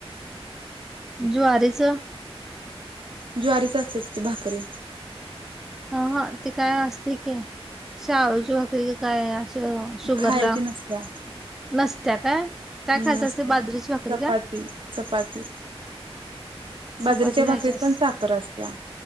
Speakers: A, in the centre; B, on the right.
A: ज्वारीचं
B: ज्वारीचं असत्यात की भाकरी
A: अह ते काय असते की शाळू जोंधळी काय अस शुगरला
B: खायची नसत्या
A: नसत्या काय काय
B: हम्म
A: खायचं
B: नसत्या
A: असते बाजरीची भाकरी
B: चपाती
A: का
B: चपाती बाजरीच्या
A: चपाती
B: भाकरीत
A: खायची असते
B: पण सा खर असत्या